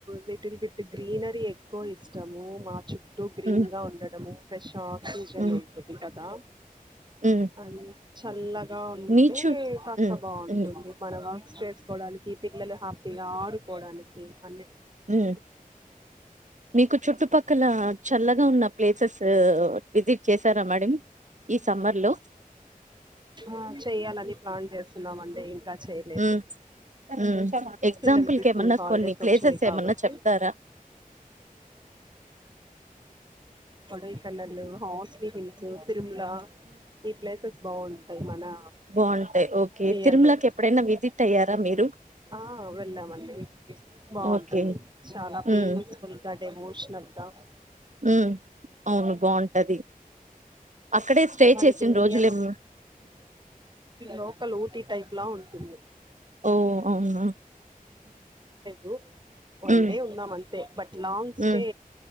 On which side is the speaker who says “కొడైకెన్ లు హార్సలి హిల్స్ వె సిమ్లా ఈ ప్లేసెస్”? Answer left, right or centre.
Right